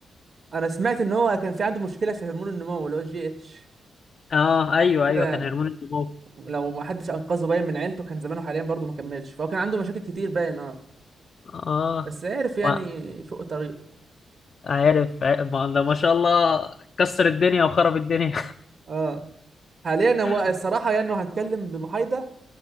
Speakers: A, on the right; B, on the left.
A: انا سمعت ان هو كان في عنده مشكله في هرمون النمو اللي هو الجي اتش
B: اه ايوه
A: كده
B: ايوه كان هرمون النمو
A: لو ما حدش انقذه باين من عيلته كان زمانه حاليا برضه ما كملش فهو كان عنده مشاكل كتير باين اه
B: اه
A: بس عرف يعني
B: ما
A: شق طريقه
B: عارف ع- ما ده ما شاء الله كسر الدنيا وخرب الدنيا
A: اه حاليا
B: <laughs>
A: هو الصراحه يعني لو هنتكلم بمحايده